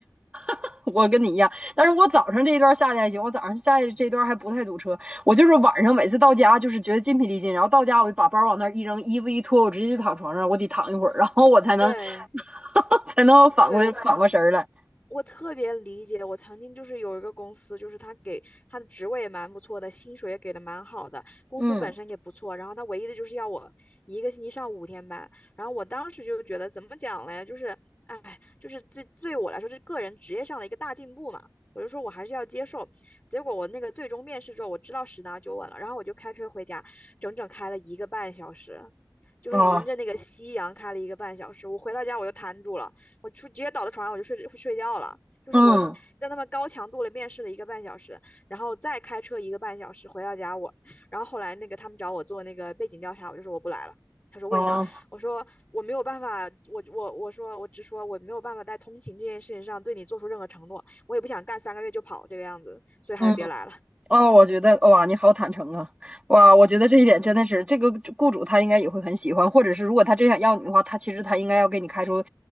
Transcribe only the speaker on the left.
对，
对，我我特别理解，我曾经就是有一个公司，就是他给他的职位也蛮不错的，薪水也给的蛮好的，公司本身也不错，
然后他唯一的就是要我一个星期上五天班，然后我当时就觉得怎么讲嘞，就是，哎，就是这对我来说是个人职业上的一个大进步嘛，我就说我还是要接受。结果我那个最终面试之后，我知道十拿九稳了，然后我就开车回家，整整开了一个半小时，就是迎着那个夕阳开了一个半小时，
我回到家我就瘫住了。我出直接倒在床上我就睡睡觉了。就是我跟他们高强度的面试了一个半小时，
然后再开车一个半小时回到家我，然后后来那个他们找我做那个背景调查，我就说我不来了。他说为啥？
我说我没有办法，我我我说我直说我没有办法在通勤这件事情上对你做出任何承诺，我也不想干三个月就跑这个样子，所以还是别来了。
嗯。